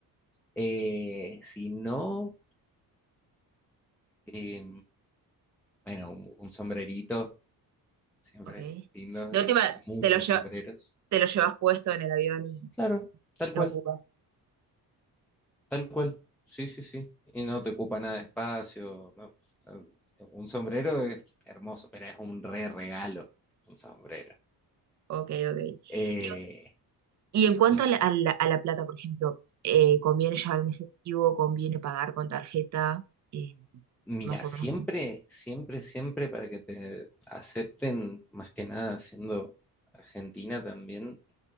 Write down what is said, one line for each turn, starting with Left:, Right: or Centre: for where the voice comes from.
Centre: eh, si no... Eh, bueno, un, un sombrerito, siempre
Right: ok.
Centre: es lindo,
Right: De
Centre: y
Right: última,
Centre: hay muchos
Right: te lo, lle-
Centre: sombreros.
Right: te lo llevas puesto en el avión y
Centre: Claro, tal
Right: lo
Centre: cual,
Right: ocupas.
Centre: tal cual. Sí, sí, sí. Y no te ocupa nada de espacio. no, eh, Un sombrero es hermoso, pero es un re regalo, un sombrero.
Right: Ok, ok.
Centre: Eh,
Right: Y, y en cuanto
Centre: y
Right: a la, a la- a la plata, por ejemplo, eh, ¿conviene llevar en efectivo? ¿Conviene pagar con tarjeta? Eh,
Centre: mira,
Right: más o
Centre: siempre,
Right: menos.
Centre: siempre, siempre para que te acepten, más que nada siendo argentina también